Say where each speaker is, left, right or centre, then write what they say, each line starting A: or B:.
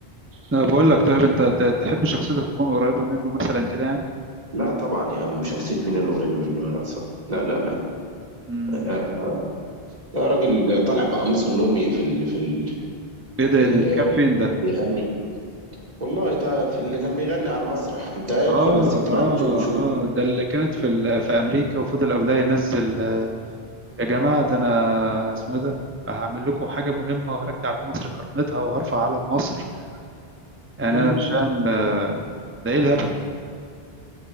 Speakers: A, on the right (about 20°); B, on the right (about 40°).
A: انا بقول لك طيب انت ت- تحب شخصيتك تكون قريبه منه مثلا كده يعني
B: لا طبعا يا عم شخصية مين اللي قريبة منه يا ناقصة لا لا لا
A: امم
B: آه، آه. لا راجل طالع بقميص النومي في ال في ال
A: ايه ده
B: في
A: ايه
B: ال
A: ده ده كان فين ده
B: بيغني والله طيب في اللي كان بيغني على المسرح انت ادخل
A: اه
B: بس اكتب
A: اه
B: على اليوتيوب وشوف
A: اه ده اللي كانت في ال... في امريكا وفضل قبلها ينزل آه، يا جماعه ده انا اسمه ايه ده هعمل لكم حاجه مهمه وهرجع لمصر كرامتها وهرفع علم مصر يعني
B: امم
A: انا مش فاهم آه، ده ايه الهبل ده